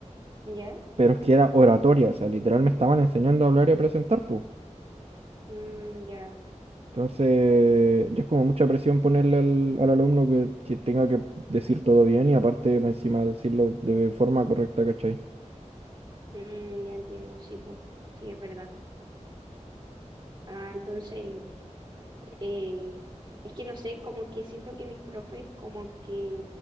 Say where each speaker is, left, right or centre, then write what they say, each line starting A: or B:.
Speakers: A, on the right; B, on the right.
A: ¿ya?
B: pero es que era oratoria, o sea, literal me estaban enseñando a hablar y a presentar, pues.
A: Mm, ya,
B: Entonces, ya es como mucha presión ponerle al, al alumno que, que tenga que decir todo bien y aparte más encima decirlo de forma correcta, ¿cachai?
A: Mm, ya entiendo, sí, po. Sí, es verdad. Ah, entonces, eh, es que no sé, como que siento que mis profes como que,